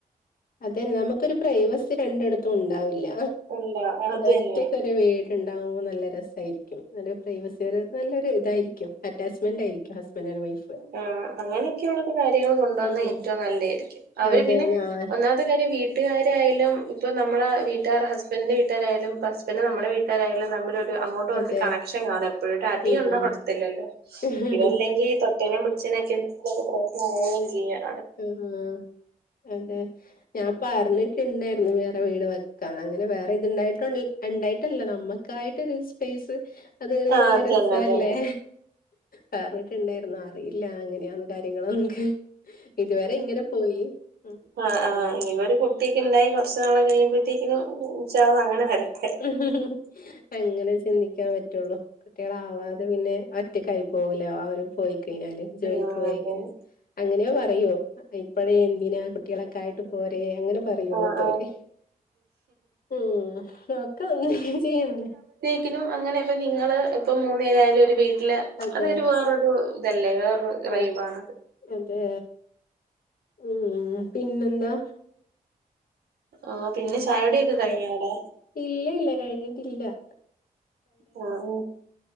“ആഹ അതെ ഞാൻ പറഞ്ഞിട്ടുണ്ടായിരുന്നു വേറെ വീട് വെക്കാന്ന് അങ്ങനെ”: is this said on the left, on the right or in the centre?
Left